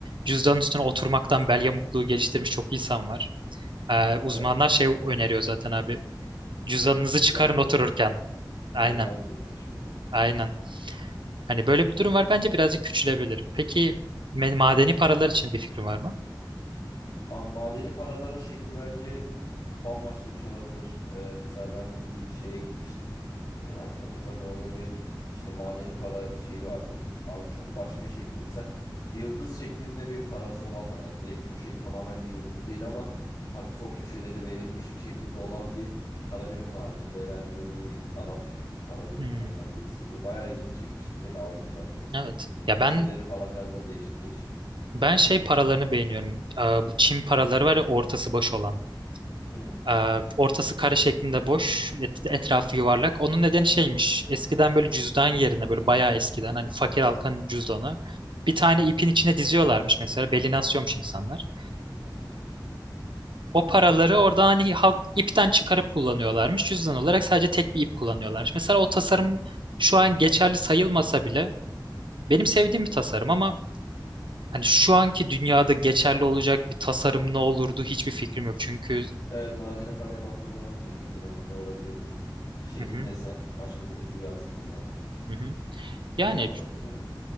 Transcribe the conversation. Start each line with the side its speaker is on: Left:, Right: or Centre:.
Right: cüzdan üstüne oturmaktan bel yamukluğu geliştirmiş çok insan var. Ee, uzmanlar
Left: Evet.
Right: şey öneriyor zaten abi. Cüzdanınızı
Left: S- s-
Right: çıkarın
Left: Yan
Right: otururken.
Left: cep ya
Right: Aynen,
Left: da yan cep taşımaca.
Right: aynen. Hani böyle bir durum var. Bence birazcık küçülebilir. Peki me- madeni paralar için bir fikrin var mı?
Left: Abi madeni paraların şekli bence bambaşka bir şey olabilir. Ee, mesela ben bir şeye gitmiştim. Ee, antika pazarının orada bir işte madeni para şeyi vardı. Abi çok başka şekilde mesela yıldız şeklinde bir parası olan var. Yani direkt köşeli tamamen bir yıldız değil ama hafif o köşeleri verilmiş bir şekilde olan bir para birim vardı. Bu da herhalde bir Arap para birimlerinden
Right: Hmm,
Left: birisiydi. Bayağı ilgimi çekmişti. Direkt aldım zaten onu.
Right: evet. Ya
Left: Köşeleri
Right: ben
Left: falan biraz da değişik değişik.
Right: ben şey paralarını beğeniyorum. Aa, bu Çin paraları var ya ortası boş olan.
Left: Hmm.
Right: Aa, ortası kare şeklinde boş, et- etrafı yuvarlak. Onun nedeni şeymiş. Eskiden böyle cüzdan yerine böyle bayağı eskiden hani fakir halkın cüzdanı. Bir tane ipin içine diziyorlarmış mesela. Beline asıyormuş insanlar. O paraları orada hani halk ipten çıkarıp kullanıyorlarmış. Cüzdan olarak sadece tek bir ip kullanıyorlar. Mesela o tasarım şu an geçerli sayılmasa bile benim sevdiğim bir tasarım ama hani şu anki dünyada geçerli olacak bir tasarım ne olurdu hiçbir fikrim yok. Çünkü
Left: Evet madeni paraya baktığın zaman dediğin gibi hani ne olabilirdi ki? Şekil
Right: Hı hı,
Left: desen başka kültürü yansıtmaca.
Right: hı hı. Yani
Left: Brr, Bilemedim.